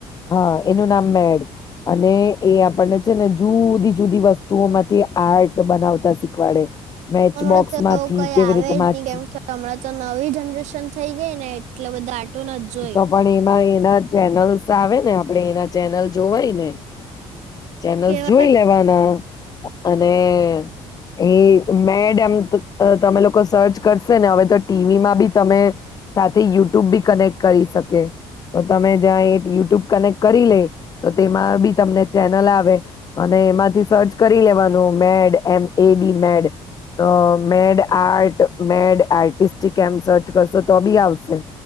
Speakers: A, on the left; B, on the right.
A: હા એનું નામ મેડ અને એ આપણને છે ને જુદી જુદી વસ્તુઓ માંથી આર્ટ બનાવતા શીખવાડે. મેચ
B: હમણાં
A: બોક્સ
B: તો
A: માંથી
B: કઈ
A: કેવી
B: આવે
A: રીતે
B: જ
A: વાતચીત
B: નહી કેમ કે હમણાં તો નવી જનરેશન થઈ ગઈ ને એટલે બધા આટું ન જોઈ
A: તો પણ એમાં એના ચેનલ્સ આવે ને આપડે એના ચેનલ જોવાય ને ચેનલસ
B: કેવા
A: જોઈ લેવાના. અને એ મેડ એમ તમે લોકો સર્ચ કરશે ને હવે તો ટીવીમાં બી તમે સાથે યુટ્યુબ બી કનેક્ટ કરી શકે તો તમે જ્યાં એ યુટ્યુબ કનેક્ટ કરી લે તો તેમાં બી તમને ચેનલ આવે અને એમાંથી સર્ચ કરી લેવાનું મેડ એ એ મેડ તો મેડ આર્ટ મેડ આર્ટસ્ટિક એમ સર્ચ કરશો તો બી આવશે.